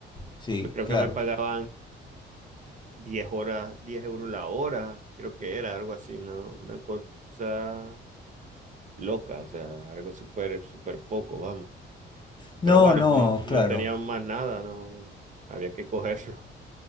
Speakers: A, on the left; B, on the right.
A: sí,
B: Pues creo
A: claro.
B: que me pagaban diez horas, 10 euros la hora, creo que era algo así, una, una cosa loca, o sea, algo súper, súper poco, vamos.
A: No,
B: Pero bueno,
A: no,
B: no, no
A: claro.
B: tenían más nada, no había que <laughs> cogerlo.